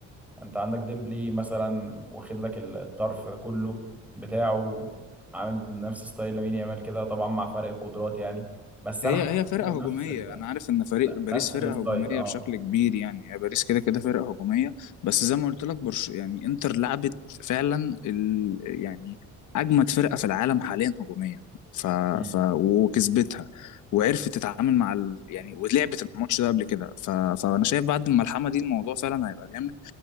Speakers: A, in the centre; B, on the left.
A: انت عندك ديمبلي مثلا واخد لك ال- الطرف ده كله بتاعه عامل نفس ستايل لامين يامال كده طبعا مع فرق القدرات يعني بس انا
B: هي
A: حاسس
B: هي فرقة
A: انه
B: هجومية
A: نفس ال...
B: أنا عارف إن فريق
A: ن-
B: باريس
A: نفس
B: فرقة
A: الستايل
B: هجومية
A: اه
B: بشكل كبير يعني هي باريس كده كده فرقة هجومية بس زي ما قلت لك برش يعني إنتر لعبت فعلا ال... يعني أجمد فرقة في العالم حاليا هجوميا ف...
A: مم.
B: ف... وكسبتها وعرفت تتعامل مع ال... يعني ولعبت الماتش ده قبل كده ف... فأنا شايف بعد الملحمة دي الموضوع فعلا هيبقى جامد